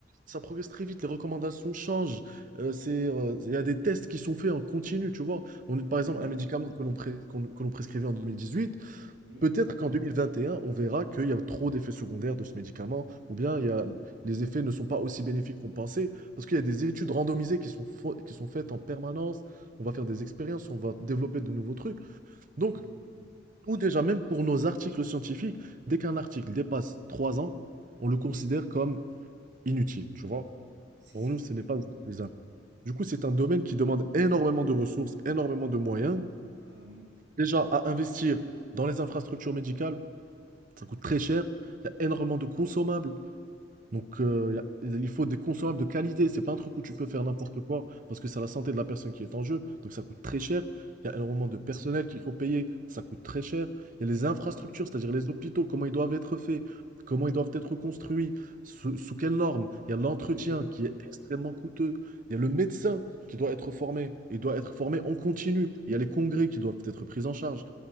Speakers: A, on the right (about 45°); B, on the right (about 65°).
A: ça progresse très vite, les recommandations changent, euh, c'est, euh, il y a des tests qui sont faits en continu, tu vois. On,
B: Euh,
A: par exemple, un médicament que l'on pres- qu'on- que l'on prescrivait en 2018,
B: oui,
A: Peut-être qu'en 2021, on verra qu'il y a trop d'effets secondaires de ce médicament, ou bien il y a, les effets ne sont pas aussi bénéfiques qu'on pensait, parce qu'il y a des études randomisées qui sont, fo- qui sont faites en permanence, on va faire des expériences, on va développer de nouveaux trucs. Donc,
B: oui, oui, oui.
A: nous déjà, même pour nos articles scientifiques, dès qu'un article dépasse 3 ans, on le considère comme inutile, tu vois.
B: Ah, si,
A: Pour
B: si,
A: nous,
B: si,
A: ce n'est
B: je
A: pas
B: vois
A: utilisable.
B: bien.
A: Du coup, c'est un domaine qui demande énormément de ressources, énormément de moyens,
B: Ah oui,
A: déjà à investir dans les infrastructures médicales, Ça coûte très cher. Il y a énormément de consommables. Donc, euh, il y a- il faut des consommables de qualité. C'est pas un truc
B: c'est
A: où tu
B: ça.
A: peux faire n'importe quoi parce que c'est la santé de la personne qui est en jeu. Donc, ça coûte très cher. Il
B: ça,
A: y a énormément de personnel qu'il faut payer. Ça coûte très cher. Il y a les infrastructures,
B: oui,
A: c'est-à-dire les hôpitaux, comment ils doivent être faits, comment ils doivent être construits, sous, sous quelles normes. Il y a l'entretien
B: oui,
A: qui est extrêmement coûteux. Il y a le médecin qui doit être formé. Il doit être formé en
B: oui.
A: continu. Il y a les congrès qui doivent être pris en charge.